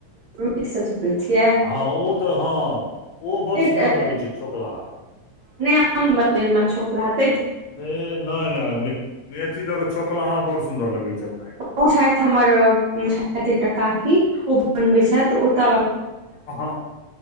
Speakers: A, on the right; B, on the left.
A: मेथसँ ठोकै छियै
B: हँ ओ त हँ ओ
A: हँ
B: बड़ सुन्दर लगै छै चौकला हंँ
A: आंन बरतंन मे छौक लाहँ हेतैय
B: ए नह नह मे मेथी दक छौकला अहा बड़ सुन्दर लगै छ
A: उ छैत हमर छैत काकी ओ खुब बनबै छैत ओत
B: हँ